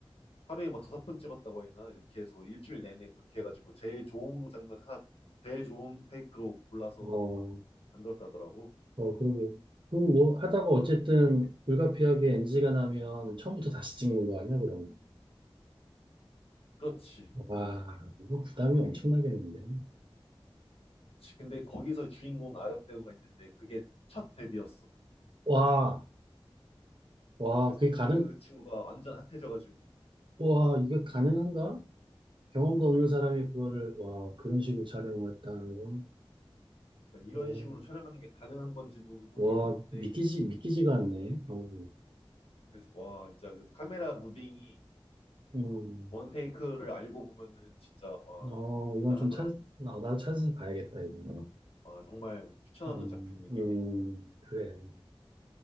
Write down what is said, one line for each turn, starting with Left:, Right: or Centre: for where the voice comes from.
Left: 하루에 뭐 다섯 번 찍었다고 했나? 이렇게 해서 일주일 내내 그렇게 해가지고 제일 좋은 장면 하나, 제일 좋은 테이크로 골라서
Right: 어,
Left: 만들었다더라고.
Right: 어, 그러게. 그, 뭐 하다가 어쨌든 불가피하게 NG가 나면 처음부터 다시 찍는 거 아니야, 그럼?
Left: 그렇지.
Right: 와, 이거 부담이 엄청나겠는데.
Left: 그렇지. 근데 거기서 주인공 아역 배우가 있는데 그게 첫 데뷔였어.
Right: 와, 와,
Left: 그래서
Right: 그게
Left: 그,
Right: 가능,
Left: 그 친구가 완전 핫해져가지고
Right: 와, 이게 가능한가? 경험도 없는 사람이 그거를, 와, 그런 식으로 촬영을 했다는 건,
Left: 그러니까 이런
Right: 어,
Left: 식으로 촬영하는 게 가능한 건지도 의문이었는데
Right: 와, 믿기지, 믿기지가 않네, 어,
Left: 그래서 와 진짜 그 카메라 무빙이
Right: 음,
Left: 원 테이크를 알고 보면은 진짜 와
Right: 어, 이건
Left: 대단하더라고.
Right: 좀 찾, 나, 나도 찾아서 봐야겠다, 이거는.
Left: 와 정말 추천하는
Right: 음,
Left: 작품이긴
Right: 음,
Left: 해.
Right: 그래.